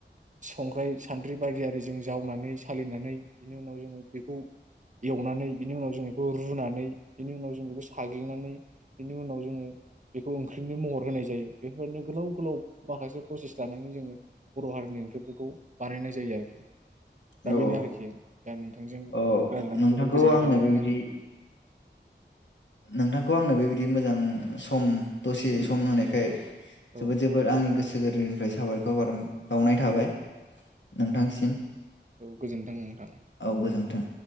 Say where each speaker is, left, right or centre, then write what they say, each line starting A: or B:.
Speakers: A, on the right; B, on the left.
A: संग्राय सान्द्रि बारि आरि जों जावनानै सालिनानै बिनि उनाव जोङो बेखौ एवनानै बिनि उनाव जों बेखौ रुनानै बिनि उनाव जों बेखौ साग्लिनानै बिनि उनाव जोङो बेखौ ओंख्रिनो महर होनाय जायो बेफोरबायदिनो गोलाव गोलाव माखासे प्रसेस लानानै जोङो बर' हारिनि ओंख्रिफोरखौ बानायनाय जायो आरोखि दा
B: औ
A: बेनो आरोखि दा नोंथांजों
B: औ
A: रायजलायनानै
B: नोंथांखौ
A: जोबोर गोजोननाय
B: आंनो
A: थाबाय
B: बेबायदि
A: नोंथांआ
B: नोंथांखौ आंनो बेबायदि मोजां सम दसे सम होनायखाय
A: औ
B: जोबोद जोबद आंनि गोसो गोर बोनिफ्राय साबायखर बार बावनाय थाबाय नोंथांसिम
A: औ गोजोन्थों नोंथां दे
B: औ गोजोनथों